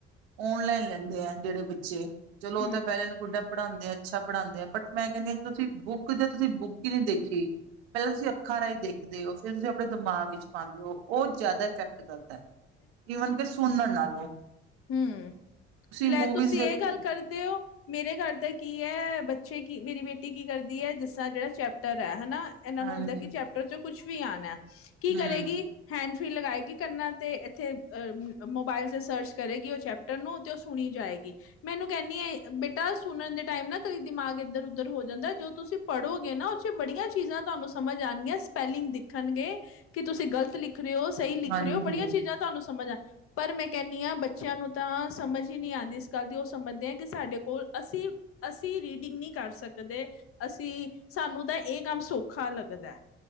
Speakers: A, on the right; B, on the left.
A: ਓਨਲਾਈਨ ਲੈਂਦੇ ਆ ਜਿਹੜੇ ਬੱਚੇ ਚਲੋ
B: ਹੂੰ।
A: ਉਹ ਤਾਂ ਪਹਿਲੇ ਗੁੱਡਾ ਪੜ੍ਹਾਉਦੇ ਅੱਛਾ ਪੜ੍ਹਾਉਦੇ ਬਟ ਮੈਂ ਕਹਿੰਦੀ ਹਾਂ ਤੁਸੀਂ ਬੁੱਕ ਜ ਤੁਸੀਂ ਬੁੱਕ ਹੀ ਨਹੀਂੀ ਦੇਖੀ ਪਹਿਲਾਂ ਤੁਸੀਂ ੱਖਾਂ ਰਾ ਹੀ ਦੇਖਦੇ ਹੋ ਫਿਰ ਤੁਸੀਂ ਆਪਣੇ ਦਿਮਾਗ ਵਿੱਚ ਪਾਉਂਦੇ ਹੋ ਉਹ ਜ਼ਿਆਦਾ ਇਫੈਕਟ ਕਰਦਾ ਹੈ ਈਵਨ ਕਿ ਸੁਨਰ ਨਾਲੋਂ
B: ਹਮ ਲੈ
A: ਮੂਵੀਜ਼
B: ਤੁਸੀਂ
A: ਦੇਖ
B: ਇਹ ਗੱਲ ਕਰਦੇ ਹੋ ਮੇਰੇ ਘਰ ਤਾਂ ਕੀ ਹੈ। ਬੱਚੇ ਕੀ ਮੇਰੀ ਬੇਟੀ ਕੀ ਕਰਦੀ ਹੈ ਜਿਸ ਤਰ੍ਹਾਂ ਜਿਹੜਾ ਚੈਪਟਰ ਹੈ ਹਨਾ ਇਹਨਾਂ
A: ਹਾਂਜੀ
B: ਨੂੰ ਹੁੰਦਾ ਕਿ ਚੈਪਟਰ ਚ ਕੁਛ ਵੀ ਆਉਣਾ ਕੀ
A: ਹੂੰ
B: ਕਰੇਗੀ ਹੈਂਡ ਫਿਰ ਲਗਾਏਗੀ ਕਰਨਾ ਅਤੇ ਇੱਥੇ ਮੋਬਾਈਲ 'ਚ ਸਰਚ ਕਰੇਗੀ ਉਹ ਚੈਪਟਰ ਨੂੰ ਤੇ ਉਹ ਸੁਣੀ ਜਾਏਗੀ ਮੈਨੂੰ ਕਹਿੰਦੀ ਆ ਬੇਟਾ ਸੁਣਨ ਦੇ ਟਾਈਮ ਨਾ ਕਦੀ ਦਿਮਾਗ ਇੱਧਰ ਉੱਧਰ ਹੋ ਜਾਂਦਾ ਜੋ ਤੁਸੀਂ ਪੜ੍ਹੋਗੇ ਨਾ ਉਥੇ ਬੜੀਆਂ ਚੀਜ਼ਾਂ ਤੁਹਾਨੂੰ ਸਮਝ ਆਉਣਗੀਆਂ ਸਪੈਲਿੰਗ ਦੇਖਣਗੇ ਕਿ ਤੁਸੀਂ ਗ਼ਲਤ ਲਿਖ ਰਹੇ ਹੋ ਸਹੀ ਲਿਖ
A: ਹਾਂਜੀ
B: ਰਹੇ ਹੋ ਬੜੀਆਂ ਚੀਜ਼ਾਂ ਤੁਹਾਨੂੰ ਸਮਝ ਆ ਪਰ ਮੈਂ ਕਹਿੰਦੀ ਹਾਂ ਬੱਚੇ ਬੱਚਿਆਂ ਨੂੰ ਤਾਂ ਸਮਝ ਹੀ ਨਹੀਂ ਆਉਂਦੀ ਇਸ ਗੱਲ ਦੀ ਉਹ ਸਮਝਦੇ ਆ ਕਿ ਸਾਡੇ ਕੋਲ ਅਸੀਂ ਅਸੀਂ ਰੀਡਿੰਗ ਨਹੀਂ। ਕਰ ਸਕਦੇ ਅਸੀਂ ਸਾਨੂੰ ਤਾਂ ਇਹ ਕੰਮ ਸੌਖਾ ਲੱਗਦਾ।